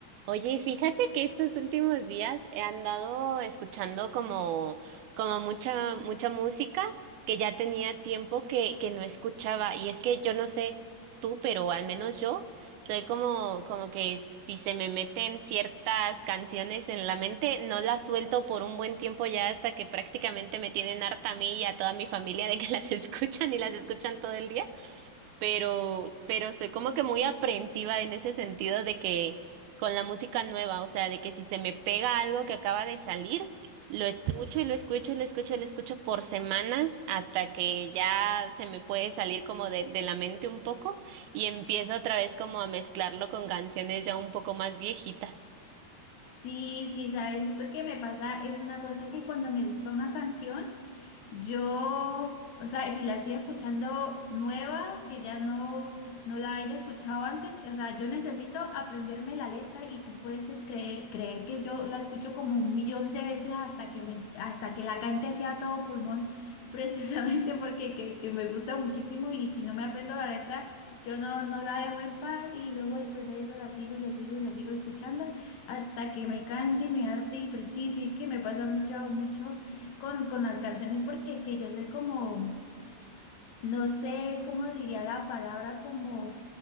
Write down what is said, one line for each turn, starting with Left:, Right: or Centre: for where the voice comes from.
Right: Oye, fíjate que estos últimos días he andado escuchando como, como mucha, mucha música que ya tenía tiempo que, que no escuchaba. Y es que yo no sé tú, pero al menos yo soy como, como que si se me meten ciertas canciones en la mente, no las suelto por un buen tiempo ya hasta que prácticamente me tienen harta a mí y a toda mi familia de que <laughs> las escuchan y las escuchan todo el día pero, pero soy como que muy aprensiva en ese sentido de que con la música nueva, o sea, de que si se me pega algo que acaba de salir, lo escucho y lo escucho y lo escucho y lo escucho por semanas hasta que ya se me puede salir como de, de la mente un poco y empiezo otra vez como a mezclarlo con canciones ya un poco más viejitas.
Left: Sí, sí, sabes, justo que me pasa es una cosa que cuando me gusta una canción, yo, o sea, si la estoy escuchando nueva, que ya no, no la haya escuchado antes, o sea, yo necesito aprenderme la letra y tú puedes es creer, creer que yo la escucho como un millón de veces hasta que me, hasta que la cante sea todo pulmón, <laughs> precisamente porque que, que me gusta muchísimo y si no me aprendo la letra, yo no, no la dejo en paz y luego después de eso la sigo y la sigo y la sigo escuchando hasta que me canse y me harte y pues, sí, sí que me pasa mucho, mucho con, con las canciones porque es que yo soy como, no sé cómo diría la palabra, como,